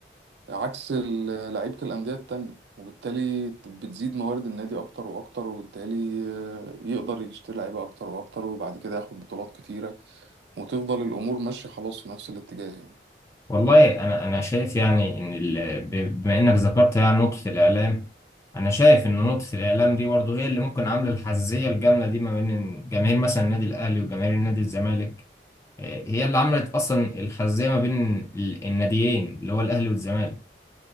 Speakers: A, on the right (about 70°); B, on the left (about 15°).
A: عكس ال- لعيبة الأندية التانية وبالتالي بتزيد موارد النادي أكتر وأكتر وبالتالي آه، يقدر يشتري لعيبة أكتر وأكتر وبعد كده ياخد بطولات كتيرة وتفضل الأمور ماشية خلاص في نفس الاتجاه يعني.
B: والله انا انا شايف يعني ان ال- ب- بما انك ذكرت يعني نقطة الإعلام انا شايف ان نقطة الإعلام دي برضه هي اللي ممكن عاملة الحزية الجامدة دي ما بين جماهير مثلا النادي الأهلي وجماهير النادي الزمالك هي اللي عملت اصلا الخزيه ما بين ال- الناديين اللي هو الاهلي والزمالك